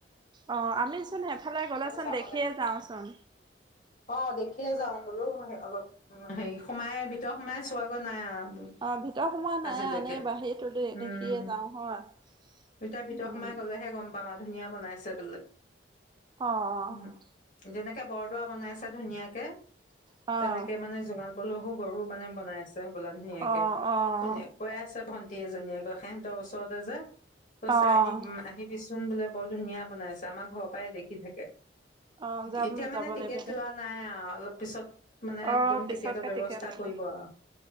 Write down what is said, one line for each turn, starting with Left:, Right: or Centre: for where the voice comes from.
Right: অ' আমি চোন এফালে গ'লো।
Left: চাব
Right: দেখিয়ে
Left: লাগিব
Right: যাওঁচোন।
Left: অ' দেখিয়ে যাওঁ বোলো অলপ হেৰি সোমাই ভিতৰত সোমাই চোৱাগৈ নাই আৰু। বোলো
Right: অ' ভিতৰত সোমোৱা নাই
Left: আজিলৈকে
Right: আনে বাহীতো দে
Left: উম
Right: দেখিয়ে যাওঁ হয়।
Left: এতিয়া ভিতৰ সোমাই গলেহে গম পাম আৰু ধুনীয়া বনাইছে বোলে।
Right: অঁ,
Left: উম
Right: অঁ।
Left: যেনেকে বৰদোৱা বনাইছে ধুনীয়াকে।
Right: অ',
Left: তেনেকে মানে জোগাল। বলহু গৰু মানে বনাইছে। বোলা ধুনীয়াকে
Right: অ',
Left: শু কৈ আছে ভণ্টি গোটেই জনীয়ে আকৌ সেহেতৰ ওচৰতে যে কৈছে
Right: অ',
Left: আহিবি চোন। চোন বোলে বৰ ধুনীয়া বনাইছে আমাৰ ঘৰৰ পৰাই দেখি থাকে।
Right: অ', যাম
Left: এতিয়া মানে
Right: যাব
Left: টিকেট
Right: লাগিব দে
Left: লোৱা নাই অলপ। পিছত, মানে
Right: অ'
Left: একদম
Right: পিছতকে
Left: টিকেটৰ ব্যৱস্থা
Right: টিকেট
Left: কৰিব
Right: লব
Left: আৰু।